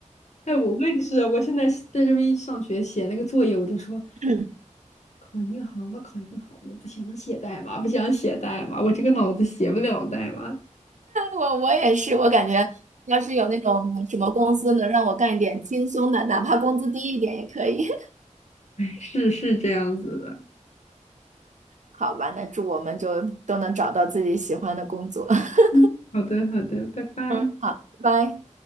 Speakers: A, on the left; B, on the right.
A: 哎，我我也是，我现在是在这边一上学写那个作业，我就说
B: <laughs>
A: 考银行吧，考银行吧，不想写代码，不想写代码，我这个脑子写不了代码。
B: 我我也是，我感觉要是有那种什么公司能让我干一点轻松的，哪怕工资低一点也可以。<laughs>
A: 哎，是是这样子的。
B: 好吧，那祝我们就都能找到自己喜欢的工作。<laughs>
A: 嗯，好的好的，拜拜。
B: 嗯，好，拜拜。